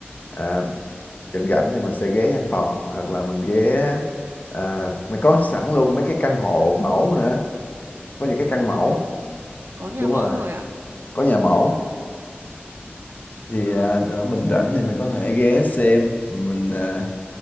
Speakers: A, on the left (about 45°); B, on the right (about 70°).
A: à, rảnh rảnh thì mình sẽ ghé văn phòng hoặc là mình ghé à, mình có sẵn luôn mấy cái căn hộ mẫu nữa có những cái căn
B: à
A: mẫu
B: có có nhà
A: đúng
B: mẫu
A: rồi
B: rồi ạ
A: có nhà mẫu thì
B: ờ,
A: à, nữa mình rảnh thì mình có thể ghé xem mình à,